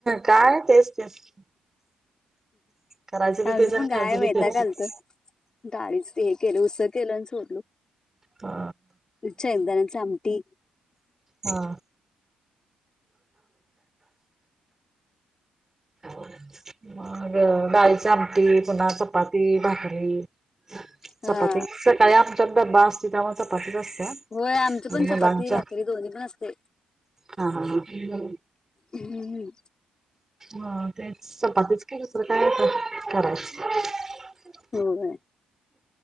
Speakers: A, on the right (about 15°); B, on the left (about 30°).
A: काय तेच तेच करायचं
B: माझं
A: बी तेच आणि
B: पण काय
A: खायचं
B: वैताग
A: बी तेच
B: आलतं डाळीचं ते हे केलं उसळ केलं आणी सोडलो
A: हा
B: शेंगदाण्याचं आमटी
A: हा <inaudible> मग डाळीची आमटी पुन्हा चपाती, भाकरी
B: हा
A: चपाती सकाळी आमच्यात डबा असतोय त्यामुळे चपातीच असत्या
B: होय आमचं
A: आणि
B: पण
A: मुलांच्या
B: चपाती भाकरी दोन्ही पण असतंय
A: हा हा ह
B: हम्म
A: ह तेच चपातीच केल्यात दुसरं काय आता, करायचं
B: होय